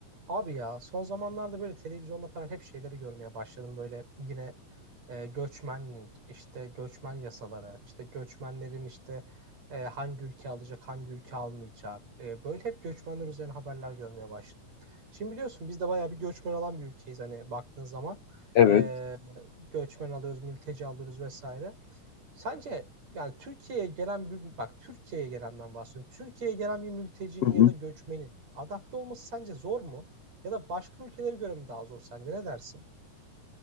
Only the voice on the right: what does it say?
Abi ya son zamanlarda böyle televizyonda falan hep şeyleri görmeye başladım. Böyle yine e, göçmenlik, işte göçmen yasaları, işte göçmenlerin işte e, hangi ülke alacak, hangi ülke almayacak. E, böyle hep göçmenler üzerine haberler görmeye başladım. Şimdi biliyorsun biz de bayağı bir göçmen alan bir ülkeyiz hani baktığın zaman.
E, göçmen alıyoruz, mülteci alıyoruz vesaire. Sence yani Türkiye'ye gelen bir bak Türkiye'ye gelenden bahsediyorum. Türkiye'ye gelen bir mültecinin
ya da göçmenin adapte olması sence zor mu? Ya da başka ülkelere göre mi daha zor sence? Ne dersin?